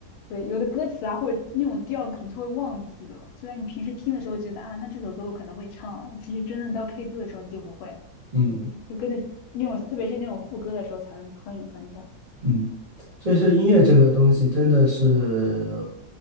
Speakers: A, on the left; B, on the right.
A: 对，有的歌词啊，或者那种调可能就会忘记了。虽然你平时听的时候觉得啊，那这首歌我可能会唱了，其实真的到 K 歌的时候你就不会，
B: 嗯，
A: 就跟着那种，特别是那种副歌的时候才能哼一哼这样。
B: 嗯，所以说音乐这个东西真的是，